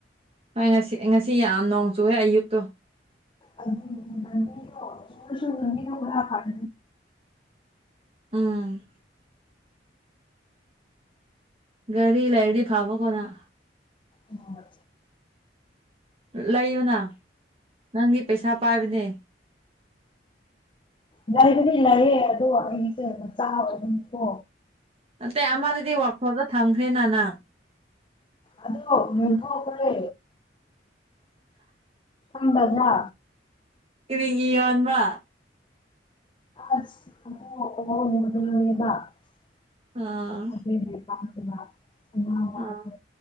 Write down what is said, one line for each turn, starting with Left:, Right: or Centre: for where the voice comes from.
Right: ꯍꯣꯏ ꯉꯁꯤ ꯉꯁꯤ ꯌꯥꯝ ꯅꯣꯡ ꯆꯨꯌꯦ ꯑꯌꯨꯛꯇꯣ
Left: ꯑꯗꯨꯖꯨꯅꯅꯦꯀꯣ <unintelligible>
Right: ꯎꯝ ꯒꯥꯔꯤ ꯂꯩꯥꯔꯗꯤ ꯐꯕꯀꯣ ꯅꯪ
Left: ꯑꯣ
Right: ꯂꯩꯌꯣꯅ ꯅꯪꯗꯤ ꯄꯩꯁꯥ ꯄꯥꯏꯕꯅꯦ
Left: ꯒꯥꯔꯤꯗꯨꯗꯤ ꯂꯩꯌꯦ ꯑꯗꯣ ꯑꯩꯒꯤꯁꯦ ꯃꯆꯥ ꯑꯣꯏꯕꯒꯤꯀꯣ
Right: ꯅꯠꯇꯦ ꯑꯃꯗꯨꯗꯤ ꯋ꯭ꯔꯥꯛꯁꯣꯞꯇ ꯊꯝꯈ꯭ꯔꯦꯅ ꯅꯪ
Left: ꯑꯗꯣ ꯌꯣꯟꯊꯣꯛꯈ꯭ꯔꯦ ꯈꯪꯗꯕ꯭ꯔꯥ
Right: ꯀꯔꯤꯒꯤ ꯌꯣꯟꯕ
Left: ꯑꯁ ꯑꯗꯣ <unintelligible>
Right: ꯑꯥ ꯑꯥ
Left: ꯑꯗꯨꯒꯤ